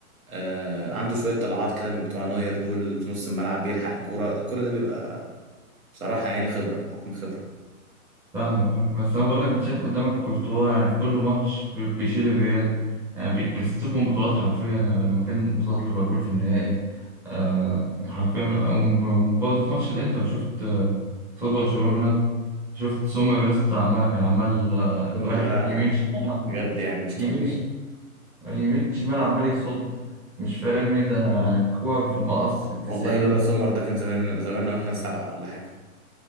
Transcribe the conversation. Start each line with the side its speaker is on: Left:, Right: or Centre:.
Right: آه عنده شويه طلعات كده من بتوع نوير دول في نص الملعب بيلحق الكوره كل ده بيبقى بصراحه يعني خبره حكم خبره
Centre: فاهمك فاهمك. بس انا بقول لك انت شايف قدامك كورتوا يعني في كل ماتش بي- بيشيل الريال يعني بيكسبهم بطولات حرفيا يعني لما كان قصاد ليفربول في النهائي آه حرفيا وبرضه في ماتش الانتر شفت آه، قصاد برشلونة شفت سومر يا اسطى عمال كان عمال آه،
Right: سومر
Centre: رايح
Right: ده
Centre: يمين شمال
Right: بجد يعني مش طبيعي
Centre: يمين ش- يمين شمال عمال يصد مش فاهم ايه ده يعني الكور في المقص في التسعين
Right: والله لولا سمر ده كان زمان زماننا مثلا سبعة ولا حاجة